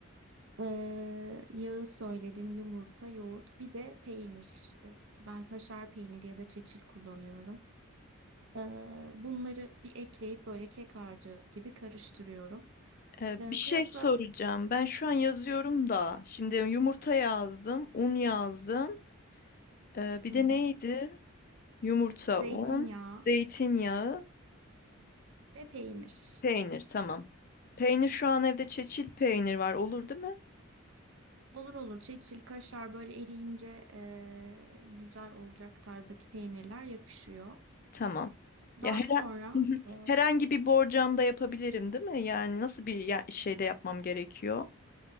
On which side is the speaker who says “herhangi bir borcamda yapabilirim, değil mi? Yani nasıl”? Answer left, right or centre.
Left